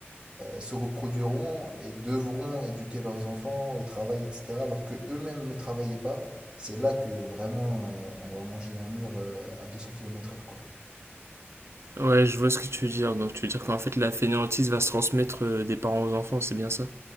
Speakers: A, on the right (about 25°); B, on the right (about 80°).
A: se reproduiront et devront éduquer leurs enfants au travail, etc., alors que eux-mêmes ne travaillaient pas, c'est là que vraiment euh, on va manger un mur euh, à deux cents kilomètres heure quoi.
B: Ouais, je vois ce que tu veux dire. Donc tu veux dire qu'en fait la fainéantise va se transmettre euh, des parents aux enfants, c'est bien ça?